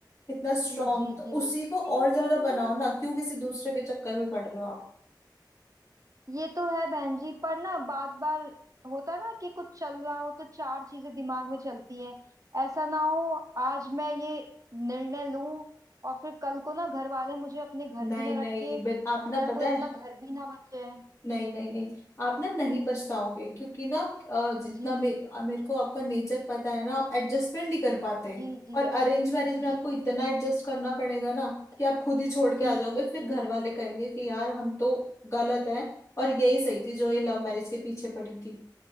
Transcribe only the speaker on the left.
इतना स्ट्रांग
तो
उसी को और ज्यादा बनाओ ना क्यों किसी दूसरे के चक्कर में पड़ रहे हो आप
नहीं
नहीं
बिल आप
ना पता
है
नहीं नहीं नहीं आप ना नहीं पछताओगे क्योंकि ना अ, जितना
मे, मेरे को आपका नेचर पता है ना आप एडजस्टमेंट नहीं कर पाते
और अरेंज मैरिज में आपको
इतना एडजस्ट करना पड़ेगा ना कि आप खुद ही छोड़ के
आ जाओगे
फिर
घर
वाले कहेंगे
कि यार हम तो गलत हैं और यही सही थी जो ये लव मैरिज के पीछे पड़ी थी